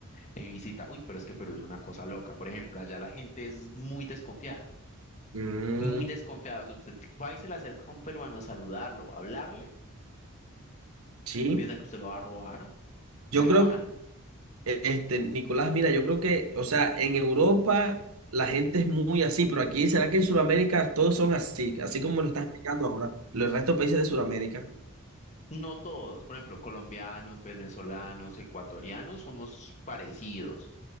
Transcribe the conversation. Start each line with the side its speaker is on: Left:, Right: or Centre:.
Left: he visitado, uy, pero es que Perú es una cosa loca. Por ejemplo, allá la gente es muy desconfiada,
Right: Mm,
Left: muy desconfiada. O sea, usted va y se le acerca a un peruano a saludarlo, a hablarle,
Right: sí,
Left: piensan que usted lo va a robar y
Right: yo
Left: se
Right: creo,
Left: van.
Right: eh, este, Nicolás, mira, yo creo que, o sea, en Europa la gente es muy así, pero aquí, ¿será que en Sudamérica todos son así? Así como lo estás explicando ahora, los restos de países de Sudamérica.
Left: No todos, por ejemplo, colombianos, venezolanos, ecuatorianos, somos parecidos,